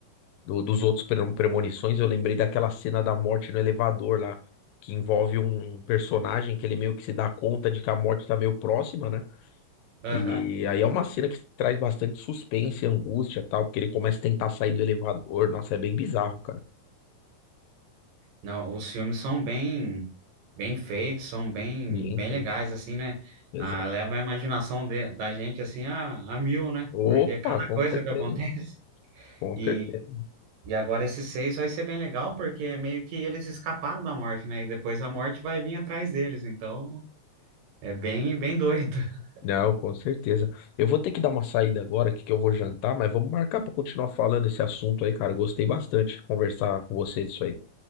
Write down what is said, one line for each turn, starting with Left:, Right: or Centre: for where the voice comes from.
Left: do- dos outros pre- Premonições. Eu lembrei daquela cena da morte no elevador lá, que envolve um personagem que ele meio que se dá conta de que a morte tá meio próxima, né?
Right: Aham.
Left: E aí é uma cena que traz bastante suspense, angústia e tal, porque ele começa a tentar sair do elevador. Nossa, é bem bizarro, cara.
Right: Não, os filmes são bem, bem feitos, são bem,
Left: Sim,
Right: bem legais, assim, né?
Left: sim.
Right: Ah, leva a imaginação de- da gente, assim, a, a mil, né?
Left: Opa,
Right: Porque é cada
Left: com
Right: coisa
Left: certeza,
Right: que acontece. <laughs>
Left: com
Right: E,
Left: certeza.
Right: e agora esses seis vai ser bem legal, porque é meio que eles escaparam da morte, né? E depois a morte vai vir atrás deles, então é bem, bem doido. <laughs>
Left: Não, com certeza. Eu vou ter que dar uma saída agora, que que eu vou jantar, mas vamos marcar para continuar falando esse assunto aí, cara. Gostei bastante de conversar com você disso aí.